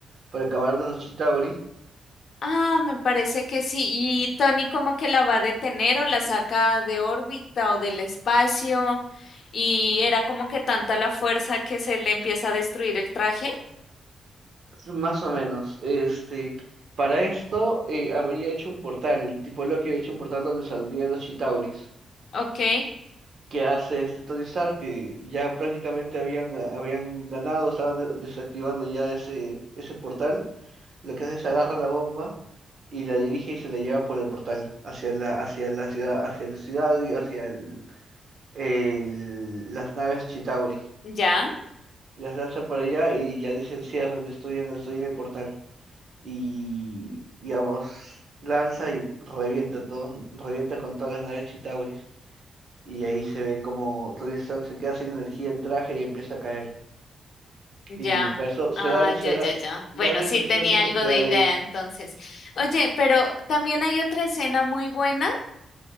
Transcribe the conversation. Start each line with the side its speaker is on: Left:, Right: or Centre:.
Right: para acabar los Chitauri,
Left: Ah, me parece que sí. Y Tony como que la va a detener o la saca de órbita o del espacio. Y era como que tanta la fuerza que se le empieza a destruir el traje.
Right: más o menos. Este, para esto eh, habría hecho un portal, el tipo Loki había hecho un portal donde saldrían los Chitauris.
Left: Ok,
Right: que hace este Tony Stark, que ya prácticamente habían, ga- habían ganado, estaban de- desactivando ya ese, ese portal, lo que hace es agarra la bomba y la dirige y se la lleva por el portal hacia la, hacia la ciudad, hacia la ciudad y hacia el, el- las naves Chitauri.
Left: ya,
Right: Las lanza por allá y ya dicen cierren, destruyan, destruyan el portal. Y digamos, lanza y revienta todo, revienta con todas las naves Chitauris. Y ahí se ve como Tony Stark se queda sin energía el traje y empieza a caer.
Left: ya.
Right: Y para eso se
Left: Ah,
Right: da, se
Left: ya,
Right: da,
Left: ya, ya.
Right: da
Left: Bueno,
Right: la
Left: sí
Right: impresión
Left: tenía
Right: de que
Left: algo
Right: se quedará
Left: de idea
Right: ahí.
Left: entonces. Oye, pero también hay otra escena muy buena